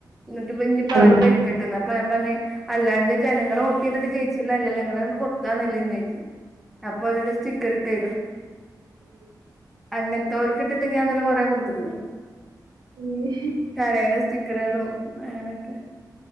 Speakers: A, in the centre; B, on the right.
A: എന്നിട്ട് ഇഞ്ഞിപ്പോ
B: ആഹ് ഉം
A: അവര് ഭരി ക്കട്ടെന്നു അപ്പ ഞാൻ പറഞ് അല്ലാണ്ട് ജനങ്ങള് വോട്ട് ചെയ്തിട്ട് ജയിച് അല്ലല്ല നിങ്ങളെണ്ട് കൊടുത്ത <inaudible> അപ്പൊ ഓന് ഓരോ സ്റ്റിക്കർ ഇട്ട് തരും അങ്ങനത്തെ ഓർക്ക് ഇട്ടിട്ട് ഞാൻ ഇന്നലെ കൊറേ കൊടുത്ത്ക്കണ്
B: ഉം
A: കരയണ സ്റ്റിക്കറുകളും അങ്ങനെയൊക്കെ